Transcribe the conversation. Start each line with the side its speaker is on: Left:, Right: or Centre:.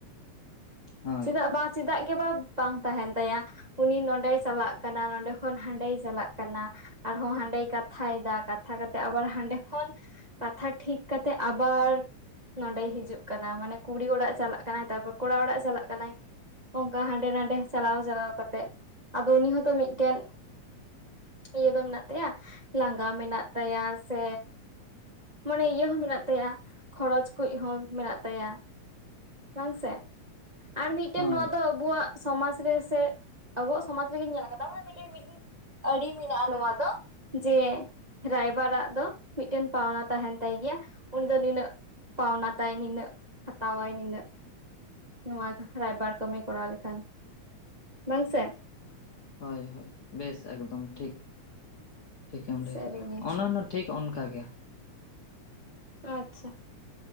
Left: ᱦᱳᱭ
Right: ᱪᱮᱫᱟᱜ ᱵᱟᱝ ᱪᱮᱫᱟᱜ ᱜᱮ ᱵᱟ ᱵᱟᱝ ᱛᱟᱦᱮᱸᱱ ᱛᱟᱭᱟ ᱩᱱᱤ ᱱᱚᱸᱰᱮᱭ ᱪᱟᱞᱟᱜ ᱠᱟᱱᱟ ᱱᱚᱰᱮ ᱠᱷᱚᱱ ᱦᱟᱸᱰᱮᱭ ᱪᱟᱞᱟᱜ ᱠᱟᱱᱟ ᱟᱨᱦᱚᱸᱭ ᱦᱟᱸᱰᱮᱭ ᱠᱟᱛᱷᱟᱭ ᱮᱫᱟ ᱠᱟᱛᱷᱟ ᱠᱟᱛᱮᱜ ᱟᱵᱟᱨ ᱦᱟ ᱮᱠᱷᱚᱱ ᱠᱟᱛᱷᱟ ᱴᱷᱤᱠ ᱠᱟᱛᱮ ᱟᱵᱟᱨ ᱱᱚᱸᱰᱮᱭ ᱦᱤᱡᱩᱜ ᱠᱟᱱᱟ ᱢᱟᱱᱮ ᱠᱩᱲᱤ ᱚᱲᱟᱜ ᱪᱟᱞᱟᱜ ᱠᱟᱱᱟᱭ ᱛᱟᱨᱯᱚᱨ ᱠᱚᱲᱟ ᱚᱲᱟᱜ ᱪᱟᱞᱟᱜ ᱠᱟᱱᱟᱭ ᱚᱱᱠᱟ ᱦᱟᱸᱰᱮ ᱱᱟᱰᱮ ᱪᱟᱞᱟᱣ ᱪᱟᱞᱟᱣ ᱠᱟᱛᱮᱜ ᱟᱫᱚ ᱩᱱᱤ ᱦᱚᱸᱛᱚ ᱢᱤᱫᱴᱮᱱ ᱤᱭᱟᱹ ᱫᱚ ᱢᱮᱱᱟᱜ ᱛᱟᱭᱟ ᱞᱟᱸᱜᱟ ᱢᱮᱱᱟᱜ ᱛᱟᱭᱟ ᱥᱮ ᱢᱟᱱᱮ ᱤᱭᱟᱹ ᱦᱚᱸ ᱢᱮᱱᱟᱜ ᱛᱟᱭᱟ ᱠᱷᱚᱨᱚᱪ ᱠᱩᱦᱚᱸ ᱢᱮᱱᱟᱜ ᱛᱟᱭᱟ ᱵᱟᱝᱥᱮ ᱟᱨ ᱢᱤᱫᱴᱮᱱ
Left: ᱦᱳᱭ
Right: ᱱᱚᱣᱟ ᱫᱚ ᱟᱵᱩᱣᱟᱜ ᱥᱚᱢᱟᱡ ᱨᱮ ᱥᱮ ᱟᱵᱚᱣᱟᱜ ᱥᱚᱢᱟᱡᱽ ᱨᱮᱜᱮᱧ ᱧᱮᱞ ᱟᱠᱟᱫᱟ ᱢᱟᱱᱮ ᱢᱤᱫᱴᱮᱱ ᱢᱤᱫ ᱫᱤᱱ ᱟᱹᱨᱤ ᱢᱮᱱᱟᱜᱼᱟ ᱱᱚᱣᱟ ᱫᱚ ᱡᱮ ᱨᱟᱭᱵᱟᱨᱟᱜ ᱫᱚ ᱢᱤᱫᱴᱮᱱ ᱯᱟᱣᱱᱟ ᱛᱟᱦᱮᱱ ᱛᱟᱭ ᱜᱮᱭᱟ ᱩᱱᱤ ᱫᱚ ᱱᱤᱱᱟᱹᱜ ᱯᱟᱣᱱᱟ ᱛᱟᱭᱟᱭ ᱱᱤᱱᱟ. ᱜ ᱦᱟᱛᱟᱣᱟᱭ ᱱᱤᱱᱟ. ᱜ ᱱᱚᱣᱟ ᱨᱟᱭᱵᱟᱨ ᱠᱟᱹᱢᱤᱭ ᱠᱚᱨᱟᱣ ᱞᱮᱠᱷᱟᱱ ᱵᱟᱝ ᱥᱮ
Left: ᱦᱳᱭ ᱦᱳᱭ ᱵᱮᱥ ᱮᱠᱫᱚᱢ ᱴᱷᱤᱠ ᱴᱷᱤᱠᱮᱢ ᱞᱟᱹᱭ
Right: ᱥᱟᱹᱨᱤᱜᱮ
Left: ᱠᱟᱜ ᱚᱱᱟᱱᱟ ᱴᱷᱤᱠ ᱚᱱᱠᱟ ᱜᱮ
Right: ᱟᱪᱪᱷᱟ